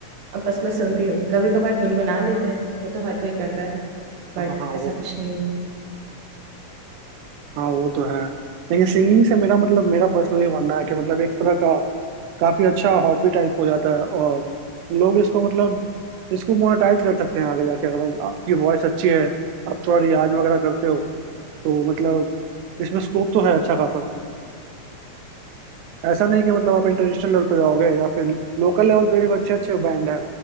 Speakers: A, on the right (about 65°); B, on the right (about 85°).
A: अब बस मैं सुनती हूँ कभी कभार गुनगुना लेते हैं वो तो हर कोई करता है बट
B: हाँ हाँ वो
A: ऐसा कुछ नहीं है
B: हाँ वो तो है लेकिन सिंगिंग से मेरा मतलब मेरा पर्सनली मानना है कि मतलब एक तरह का काफी अच्छा हॉबी टाइप हो जाता है और लोग इसको मतलब इसको मोनेटाइज कर सकते हैं आगे जाके अगर आपकी वॉइस अच्छी है आप थोड़ा रियाज वगैरह करते हो तो मतलब इसमें स्कोप तो है अच्छा खासा ऐसा नहीं कि मतलब आप इंटरनेशनल लेवल पे जाओगे या फिर लोकल लेवल पे भी अच्छे अच्छे बैंड है